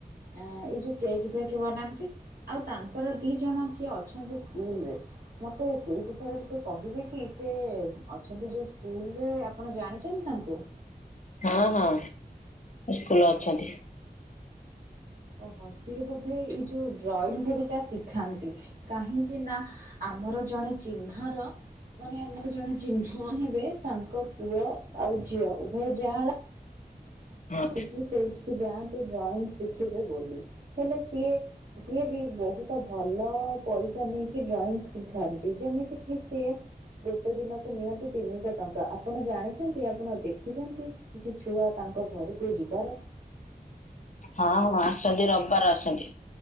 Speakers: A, on the right; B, on the left.
A: ଏଁ ଏ ଯଉ କେକ ଫେକ ବନାନ୍ତି ଆଉ ତାଙ୍କର ଦି ଜଣ କିଏ ଅଛନ୍ତି ସ୍କୁଲରେ। ମୋତେ ସେଇ ବିଷୟରେ ଟିକେ କହିବେ କି ସେ ଅଛନ୍ତି ଯଉ ସ୍କୁଲରେ ଆପ ଆପଣ ଜାଣିଛନ୍ତି ତାଙ୍କୁ?
B: ହଁ ହଁ ସ୍କୁଲ ଅଛନ୍ତି।
A: ଓହ ସିଏ ବୋଧେ ଏଇ ଯୋଉ ଡ୍ରଇଂ ଘରିକା ସିକି ଥାନ୍ତି କାହିଁକି ନା ଆମର ଜଣେ ଚିହ୍ନାର ମାନେ ଆମର ଜଣେ ଚିହ୍ନା ହେବେ ତାଙ୍କ ପୁଅ ଆଉ ଝିଅ ଉଭୟ ଯାଆଁଳା
B: ହଁ
A: ଠିକ କି ସେଇ କିଛି ଯାଆନ୍ତି ଡ୍ରଇଂ ଶିଖିବେ ବୋଲି ହେଲେ ସିଏ ସିଏ ବି ବହୁତ ତ ଭଲ ପଇସା ନେଇକି ଡ୍ରଇଂ ଶିଖାନ୍ତି ଯେମିତି କିି ସିଏ ଗୋଟେ ଦିନକୁ ନିଅନ୍ତି ତିନିହ ଟଙ୍କା ଆପଣ ଜାଣିଛନ୍ତି ଆପଣ ଦେଖିଛନ୍ତି? କିଛି ଛୁଆ ତାଙ୍କ ଘରକୁ ଯିବାର
B: ହଁ ହଁ ଆସଛନ୍ତି ରବିବାର ଆସଛନ୍ତି।